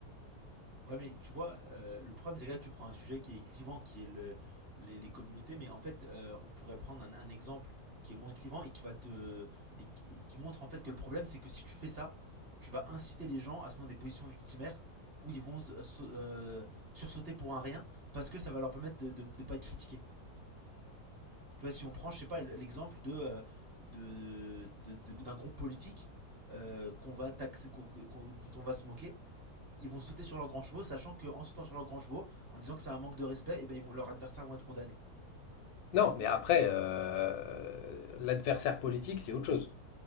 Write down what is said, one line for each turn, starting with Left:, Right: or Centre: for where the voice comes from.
Right: Ouais, mais tu vois, euh, le problème, c'est que là, tu prends un sujet qui est clivant, qui est le, les, les communautés, mais en fait, euh, on pourrait prendre un, un exemple qui est moins clivant et qui va te et qui, qui montre en fait que le problème, c'est que si tu fais ça, tu vas inciter les gens à se mettre dans des positions victimaires où ils vont se- euh, sa- euh, sursauter pour un rien parce que ça va leur permettre de ne pas être critiqués. Tu vois, si on prend, je sais pas, l'exemple de, euh, de, de- de- d'un groupe politique euh, qu'on va taxer, qu'on- qu'on- dont on va se moquer ils vont sauter sur leurs grands chevaux, sachant qu'en sautant sur leurs grands chevaux, en disant que c'est un manque de respect, et ben ils vont- leurs adversaires vont être condamnés.
Left: Non, mais après, euh, l'adversaire politique, c'est autre chose.